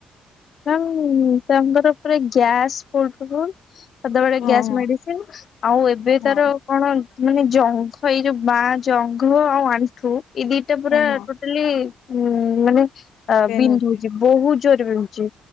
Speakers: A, on the left; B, on the left.
A: ତାଙ୍କ ତାଙ୍କର ପୁରା ଗ୍ୟାସ୍ <inaudible> ସଦାବେଳେ
B: ହଁ
A: ଗ୍ୟାସ୍
B: ହଁ
A: ମେଡିସିନ, ଆଉ ଏବେ
B: ହଁ
A: ତାର କଣ ମାନେ ଜଙ୍ଘ ଏଇ ଯୋଉ ବାଆଁ ଜଙ୍ଘ ଆଉ ଆଣ୍ଠୁ ଏଇ ଦିଟା ପୁରା
B: ହଁ ହଁ
A: ହେଲେ ମାନେ
B: ପେନ୍
A: ବିନ୍ଧୁଛି,
B: ହଉଛି।
A: ବହୁତ ଜୋରେ ବିନ୍ଧୁଛି।